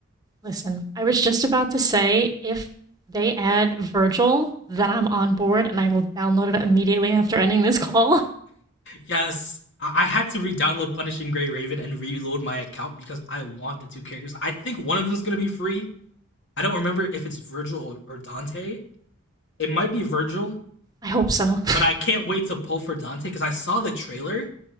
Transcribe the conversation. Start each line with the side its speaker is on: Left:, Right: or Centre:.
Right: Listen, I was just about to say if they add Virgil, then I'm on board and I will download it immediately after ending this <laughs> call.
Left: Yes, I, I had to re-download Punishing Gray Raven and reload my account because I want the two characters. I think one of them is gonna be free. I don't remember if it's Virgil or, or Dante. It might be Virgil,
Right: I hope so. <laughs>
Left: but I can't wait to pull for Dante because I saw the trailer